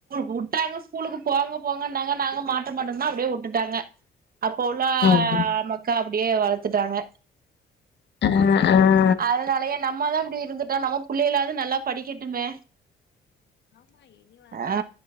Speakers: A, on the right; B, on the left.
A: விட்டாங்க ஸ்கூலுக்கு போங்க போங்கன்னாங்க நாங்க மா படிக்க மட்டனோ அப்டியே வுட்டுட்டாங்க அப்போ உள்ள
B: ம்
A: மக்கா அப்டியே வளத்துட்டாங்க
B: ஆ ஆ
A: அதனாலயே நம்ம தா இப்டி இருந்துட்டா நம்ம புள்ளைாவது நல்லா படிக்க ட்டுமே ஆ